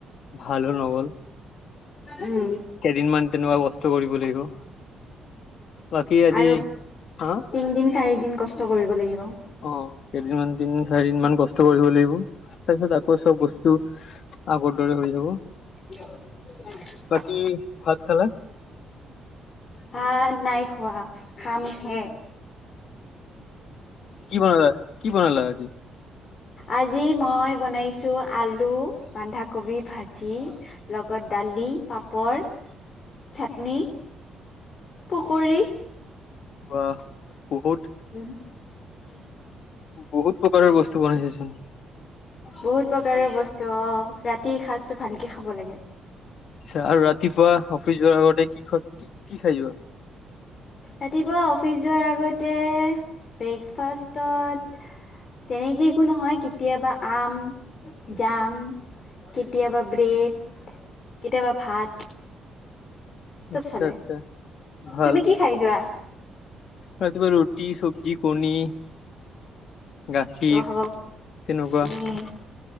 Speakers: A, on the left (about 65°); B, on the left (about 50°).
A: ভালো নগ'ল।
B: উম।
A: কেইদিনমান তেনেকুৱা কষ্ট কৰিব লাগিব। বাকী আজি
B: আৰু
A: হা
B: তিনদিন-চাৰিদিন কষ্ট লাগিব।
A: অঁ', কেইদিনমান তিনদিন-চাৰিদিন মান কষ্ট কৰিব লাগিব, তাৰপিছত আকৌ চব বস্তু আগৰ দৰে হৈ যাব।
B: <unintelligible>
A: বাকী, ভাত খালা?
B: ভাত নাই খোৱা, খাম হে।
A: কি বনালা, কি বনালা আজি?
B: আজি মই বনাইছো আলু, বান্ধাকবি ভাজি। লগত দালি, পাপৰ, চাটনি- পকৰী।
A: বাহ, বহুত
B: <unintelligible>
A: বহুত প্ৰকাৰৰ বস্তু বনাইছাচোন।
B: বহুত প্ৰকাৰৰ বস্তু অঁ', ৰাতিৰ সাজটো ভালকে খাব লাগে।
A: আচ্ছা, আৰু ৰাতিপুৱা অফিচ যোৱাৰ আগতে কি খোৱা, কি কি খাই যোৱা?
B: ৰাতিপুৱা অফিচ যোৱাৰ আগতে ব্ৰেকফাষ্টত- তেনেকে একো নহয় কেতিয়াবা আম-জাম- কেতিয়াবা ব্ৰেড, কেতিয়াবা ভাত। চব
A: আচ্ছা-আচ্ছা,
B: চলে
A: ভাল।
B: তুমি কি খাই যোৱা
A: ৰাতিপুৱা ৰুটি, চব্জি, কণী- গাখীৰ,
B: অহ
A: তেনেকুৱা,
B: উম